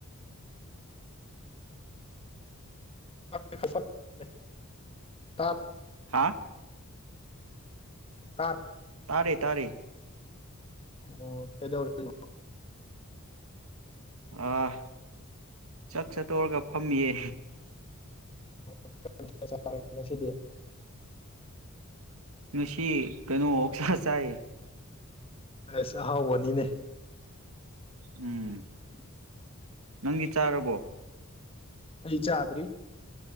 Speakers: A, on the left (about 25°); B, on the right (about 75°).
A: <unintelligible> ꯇꯥ
B: ꯍꯥꯥ꯫
A: ꯇꯥ
B: ꯇꯥꯔꯦ ꯇꯥꯔꯦ꯫
A: ꯑꯣ ꯀꯩꯗꯧꯔꯤꯅꯣ꯫
B: ꯑꯥ ꯆꯥꯛ ꯆꯠꯇꯧꯔꯒ ꯐꯝꯃꯤꯌꯦ꯫
A: <unintelligible> ꯉꯁꯤꯗꯤ꯫
B: ꯉꯁꯤ ꯀꯩꯅꯣ ꯑꯣꯛꯁꯥꯥ ꯆꯥꯏꯌꯦ꯫
A: ꯑꯦꯁ ꯑꯍꯥꯎꯕꯅꯤꯅꯦ꯫
B: ꯎꯝ꯫
A: <inaudible>
B: ꯅꯪꯗꯤ ꯆꯥꯔꯕꯣ꯫
A: ꯑꯩ ꯆꯥꯗ꯭ꯔꯤ꯫